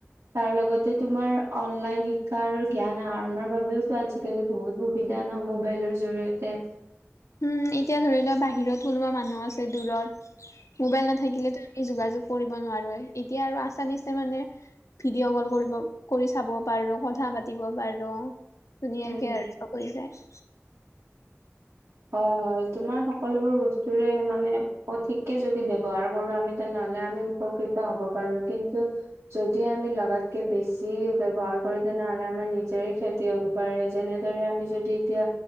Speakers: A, on the right; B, on the left.
A: তাৰ লগতে তোমাৰ অনলাইন শিক্ষ ক্ষা আৰু জ্ঞান আহৰণৰ বাবেওতো আজিকালি বহুত সুবিধা ন মোবাইলৰ জৰিয়তে।
B: উম এতিয়া ধৰি লোৱা বাহিৰত কোনোবা মানুহ আছে দূৰত মোবাইল নাথাকিলেতো ই যোগাযোগ কৰিব নোৱাৰোৱে এতিয়া আৰু আছানিছে মানে ভিডিঅ' কল কৰিব কৰি চাব পাৰো কথা পাতিব পাৰো। ধুনীয়াকে
A: উম
B: আৰ অকই কৰি যায়।
A: হয় হয় তোমাৰ সকলোবোৰ বস্তুৰে মানে সঠিককে যদি ব্ৱহাৰ কৰো আমি তেনেহলে আমি উপকৃত হ'ব পাৰো কিন্তু যদি আমি লগাতকে বেছি ব্যৱহাৰ কৰো তেনেহ'লে আমাৰ নিজৰে ক্ষেত তিয় হ'ব পাৰে যেনেদৰে আমি যদি এতিয়া